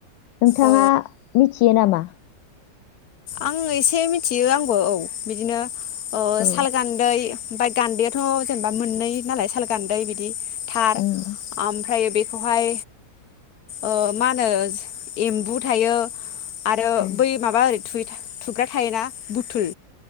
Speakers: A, on the left; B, on the left.
A: नोंथाङा
B: औ
A: मिथियो नामा?
B: आं एसे मिथियो आंबो औ बिदिनो अ
A: औ
B: साल, गान्दै ओमफाय गान्दैआथ' जेनेबा मोननै नालाय साल गान्दै बिदि। थार
A: उम
B: आमफ्रायो बे खौहाय ओ मा होनो एम्बु थायो। आरो
A: औ
B: बै माबा आरै थुग्रा थायोना बुथुल